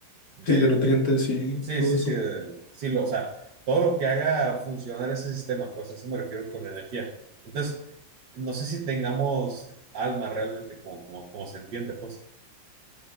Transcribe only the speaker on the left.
Sí, de nutrientes y
todo
eso.